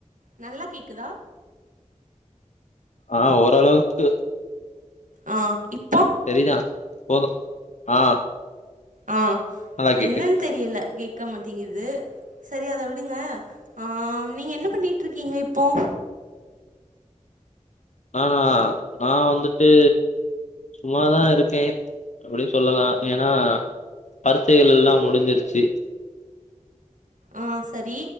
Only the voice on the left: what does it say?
ஆ ஓரளவுக்கு
சரிதா போது ஆ
நல்லா கேக்குது
நானா நா வந்துட்டு சும்மாதா இருக்கே அப்டி சொல்லலா ஏன்னா பரிச்சைகள் எல்லா முடிஞ்சிருச்சு